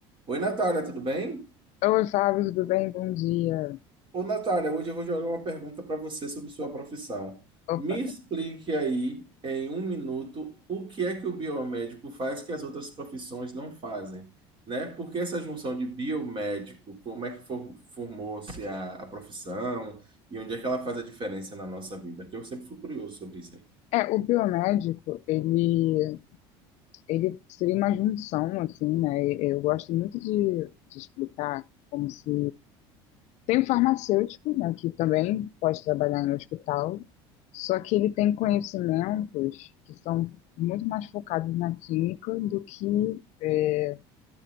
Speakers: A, on the right (about 40°); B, on the left (about 60°).
A: Oi, Natália, tudo bem?
B: Oi, Fábio, tudo bem? Bom dia.
A: Ô, Natália, hoje eu vou jogar uma pergunta para você sobre sua profissão.
B: Opa.
A: Me explique aí, em um minuto, o que é que o biomédico faz que as outras profissões não fazem, né? Por que essa junção de biomédico? Como é que for- formou-se a, a profissão e onde é que ela faz a diferença na nossa vida? Que eu sempre fui curioso sobre isso aí.
B: É, o biomédico, ele, ele seria uma junção, assim, né? Eu gosto muito de, de explicar como se... Tem o farmacêutico, né, que também pode trabalhar no hospital, só que ele tem conhecimentos que são muito mais focados na clínica do que, é,